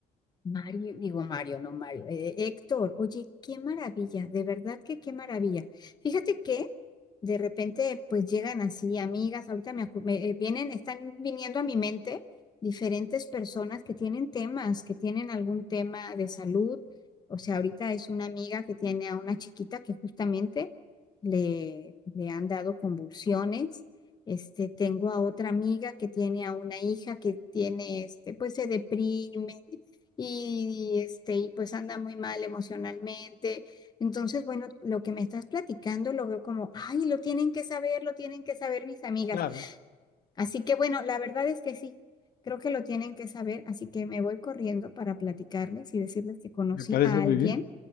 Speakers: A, on the left; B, on the left.
A: Mario, digo Mario, no Mario, eh, Héctor, oye, qué maravilla, de verdad que qué maravilla. Fíjate que de repente pues llegan así amigas, ahorita me, acu- me, eh, vienen, están viniendo a mi mente diferentes personas que tienen temas, que tienen algún tema de salud. O sea, ahorita es una amiga que tiene a una chiquita que justamente le, le han dado convulsiones. Este, tengo a otra amiga que tiene a una hija que tiene, este, pues se deprime y, y, este, y pues anda muy mal emocionalmente. Entonces, bueno, lo que me estás platicando lo veo como, ay, lo tienen que saber, lo tienen que saber mis amigas.
B: Claro,
A: Así que bueno, la verdad es que sí, creo que lo tienen que saber, así que me voy corriendo para platicarles y decirles que conocí
B: Me parece
A: a alguien
B: muy bien.